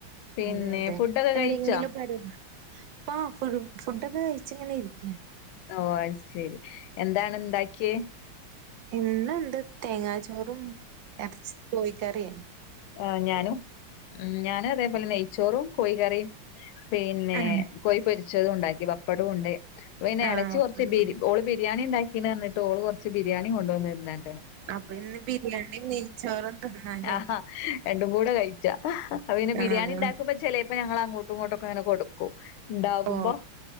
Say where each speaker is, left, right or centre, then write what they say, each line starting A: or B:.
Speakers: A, on the left; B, on the right.
A: പിന്നെ
B: അതെ അതെ
A: ഫുഡൊക്കെ
B: എന്തെങ്കിലും
A: കഴിച്ചോ
B: പ അപ്പ ഫ ഫുഡൊക്കെ കഴിച്ച ഇങ്ങനെ ഇരിക്ക
A: ഓ അയ്ശരി എന്താണ് ഇണ്ടാക്കിയെ
B: ഇന്നന്താ തേങ്ങാ ചോറും അറചി കോഴിക്കറിയാണ്
A: ആ ഞാനും ഞാനും അതേപോലെ നെയ്ച്ചോറും കോഴിക്കറിയും പിന്നെ
B: ആഹ്
A: കോഴി പൊരിച്ചതും ഉണ്ടാക്കി പപ്പടവും ഉണ്ട് പിന്നെ
B: ആഹ്
A: ഇളച്ചി കുറച്ച് ബി ഓള് ബിരിയാണി ഇണ്ടാക്കി പി വന്നിട്ട ഓള് കുറച്ച് ബിരിയാണി കൊണ്ടുവന്നിരണ്ടാണ്
B: അപ്പൊ ഇന്ന് ബിരിയാണി നേയിച്ചോറും തിന്നാലേ
A: ആഹാ രണ്ടും കൂടെ കഴിച്ച അപ്പൊ പിന്നെ ബിരിയാണി
B: ആഹ്
A: ഉണ്ടാക്കുമ്പോ ചെ അപ്പൊ ഞങ്ങ അങ്ങോട്ടും ഇങ്ങോട്ടൊക്കെ ഇങ്ങനെ കൊടുക്കും ഉണ്ടാവുമ്പോ
B: ഓ